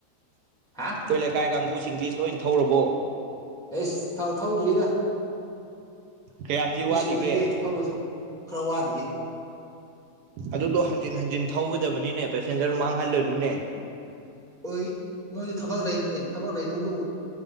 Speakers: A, in the centre; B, on the right.
A: ꯍꯥ
B: ꯑꯩꯈꯣꯏ ꯂꯩꯀꯥꯏ ꯀꯥꯡꯕꯨꯁꯤꯡꯗꯤ ꯂꯣꯏ ꯊꯧꯔꯕꯣ
A: ꯑꯦꯁ ꯊꯧꯗ꯭ꯔꯤꯗ
B: ꯀꯌꯥꯝꯗꯤ
A: ꯃꯤ
B: ꯋꯥꯠꯂꯤꯒꯦ
A: ꯁꯨꯗ꯭ꯔꯤꯌꯦ ꯐꯧꯗꯁꯨ ꯈꯔ ꯋꯥꯠꯂꯤꯌꯦ
B: ꯑꯗꯨꯗꯣ ꯍꯟꯖꯤꯟ ꯍꯟꯖꯤꯟ ꯊꯧꯒꯗꯕꯅꯤꯅꯦ ꯄꯦꯁꯦꯟꯖꯔ ꯃꯥꯡꯍꯜꯂꯅꯨꯅꯦ
A: ꯑꯣꯏ ꯃꯣꯏꯁꯨ ꯊꯕꯛ ꯑꯦ ꯊꯕꯛ ꯂꯩꯗꯕꯗꯨꯕꯨ